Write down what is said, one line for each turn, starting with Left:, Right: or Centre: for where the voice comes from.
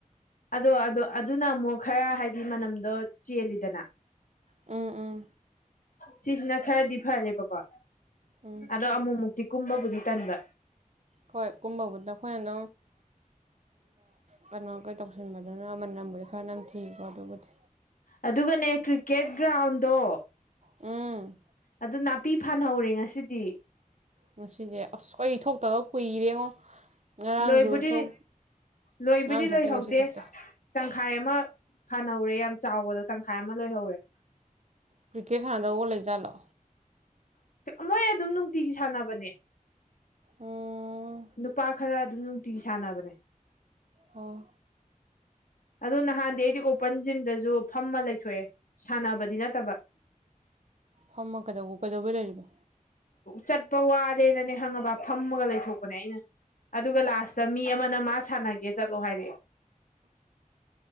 Left: ꯑꯗꯣ ꯑꯗꯣ ꯑꯗꯨꯅ ꯃꯨꯛ ꯈꯔ ꯍꯥꯏꯗꯤ ꯃꯅꯝꯗꯣ ꯆꯦꯜꯂꯤꯗꯅ
Right: ꯎꯝ ꯎꯝ
Left: ꯁꯤꯖꯤꯅ ꯈꯔꯗꯤ ꯐꯔꯦꯕꯀꯣ
Right: ꯎꯝ
Left: ꯑꯗꯣ ꯑꯃꯨꯛꯃꯨꯛꯇꯤ ꯀꯨꯝꯕꯕꯨꯗꯤ ꯇꯟꯕ
Right: ꯍꯣꯏ ꯀꯨꯝꯕꯕꯨꯗ ꯈꯣꯏ <unintelligible> <unintelligible> ꯀꯩꯅꯣ ꯀꯩ ꯇꯧꯁꯤꯟꯕꯗꯨꯅ ꯃꯅꯝꯕꯨꯗꯤ ꯈꯔ ꯅꯝꯊꯤꯀꯣ ꯑꯗꯨꯕꯨꯗꯤ
Left: ꯑꯗꯨꯒꯅꯦ ꯀ꯭ꯔꯤꯀꯦꯠ ꯒ꯭ꯔꯥꯎꯟꯗꯣ
Right: ꯎꯝ
Left: ꯑꯗꯨ ꯅꯥꯄꯤ ꯐꯥꯟꯍꯧꯔꯦ ꯉꯁꯤꯗꯤ
Right: ꯉꯁꯤꯗꯤ ꯑꯁ ꯀꯩ ꯊꯣꯛꯇꯕ ꯀꯨꯏꯔꯦꯉꯣ ꯉꯔꯥꯡꯖꯨ
Left: ꯂꯣꯏꯕꯨꯗꯤ
Right: ꯊꯣꯛ
Left: ꯂꯣꯏꯕꯨꯗꯤ
Right: ꯉꯔꯥꯡ ꯊꯣꯛꯇꯦ
Left: ꯂꯣꯏꯍꯧꯗꯦ
Right: ꯉꯁꯤ ꯊꯣꯛꯇꯦ
Left: ꯇꯪꯈꯥꯏ ꯑꯃ ꯐꯥꯟꯍꯧꯔꯦ ꯌꯥꯝ ꯆꯥꯎꯕꯗ ꯇꯪꯈꯥꯏ ꯑꯃ ꯂꯣꯏꯍꯧꯔꯦ
Right: ꯀ꯭ꯔꯤꯀꯦꯠ ꯁꯟꯅꯗꯧꯕ ꯂꯩ ꯖꯥꯠꯂꯣ
Left: ꯃꯣꯏ ꯑꯗꯨꯝ ꯅꯨꯡꯇꯤꯒꯤ ꯁꯥꯟꯅꯕꯅꯦ
Right: ꯎꯝ
Left: ꯅꯨꯄꯥ ꯈꯔ ꯑꯗꯨꯝ ꯅꯨꯡꯇꯤꯒꯤ ꯁꯥꯟꯅꯕꯅꯦ
Right: ꯑꯣ
Left: ꯑꯗꯨ ꯅꯍꯥꯟꯗꯤ ꯑꯩꯗꯤ ꯑꯣꯄꯟ ꯖꯤꯝꯗꯖꯨ ꯐꯝꯃ ꯂꯩꯊꯣꯛꯑꯦ ꯁꯥꯟꯅꯕꯗꯤ ꯅꯠꯇꯕ
Right: ꯐꯝꯃ ꯀꯩꯗꯧ ꯀꯩꯗꯧꯕꯩ ꯂꯩꯔꯤꯕ
Left: ꯆꯠꯄ ꯋꯥꯔꯦꯅꯅꯦ ꯈꯡꯉꯕ ꯐꯝꯃꯒ ꯂꯩꯊꯣꯛꯄꯅꯦ ꯑꯩꯅ ꯑꯗꯨꯒ ꯂꯥꯁꯇ ꯃꯤ ꯑꯃꯅ ꯃꯥ ꯁꯥꯟꯅꯒꯦ ꯆꯠꯂꯣ ꯍꯥꯏꯔꯛꯑꯦ